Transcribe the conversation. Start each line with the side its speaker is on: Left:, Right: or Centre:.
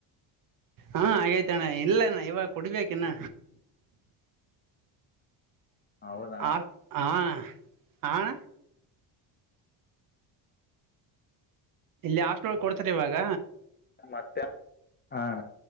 Right: ಹಾ ಹಾಗೇತ ಅಣ್ಣ ಇಲ್ಲಣ್ಣ ಇವಾಗ ಕುಡ್ಬೇಕ ಇನ್ನ
Left: ಹೌದಾ
Right: ಹ
Left: ಅಣ್ಣ.
Right: ಹಾ ಹಣ ಇಲ್ಲಿ ಹಾಸ್ಟಲ್ಳಗೆ ಕೊಡ್ತಾರೆ ಇವಾಗ
Left: ಮತ್ತೆ ಹಣ